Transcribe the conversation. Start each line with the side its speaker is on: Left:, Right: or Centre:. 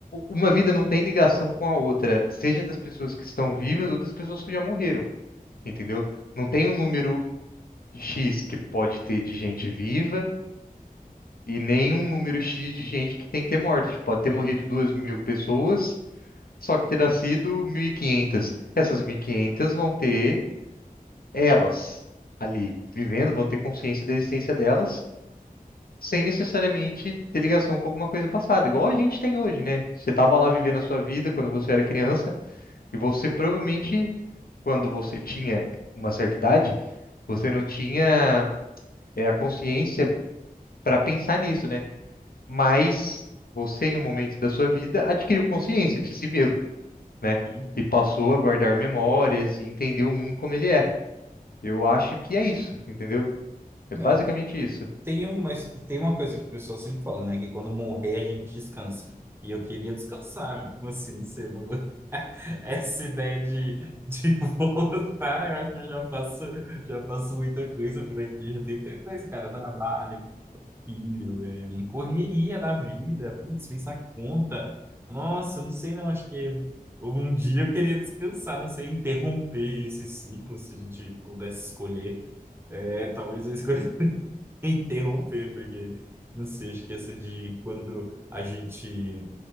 Left: uma vida não tem ligação com a outra, seja das pessoas que estão vivas ou das pessoas que já morreram, entendeu? Não tem um número X que pode ter de gente viva e nem um número X de gente que tem que ter morta. Tipo, Pode ter
Right: Uhum,
Left: morrido duas mil pessoas, só que ter nascido mil e quinhentas Essas 1.500 vão ter elas ali vivendo, vão ter consciência da existência delas. Sem necessariamente ter ligação com alguma coisa passada, igual a gente tem hoje, né? Você estava lá vivendo a sua vida quando você era criança, E você provavelmente, quando você tinha uma certa idade, você não tinha é, a consciência para pensar nisso, né? Mas você, em um momento da sua vida, adquiriu consciência de si mesmo, né?
Right: uhum.
Left: E passou a guardar memórias e entender o mundo como ele é. Eu acho que é isso, entendeu? É basicamente
Right: É.
Left: isso.
Right: Tem uma, tem uma coisa que o pessoal sempre fala, né? Que quando morrer a gente descansa. E eu queria descansar, meu. Como assim? Não sei. Não... go- <laughs> Essa ideia de, de <laughs> voltar, eu acho que eu já faço, já faço muita coisa por aqui. Já tem muita coisa, cara. Trabalho, filho, é, correria da vida. Putz, pensar conta. Nossa, não sei não. Acho que um dia eu queria descansar. Não sei, interromper esse ciclo, se a gente pudesse escolher. É, talvez eu escolha <laughs> interromper, porque não sei, acho que essa de quando a gente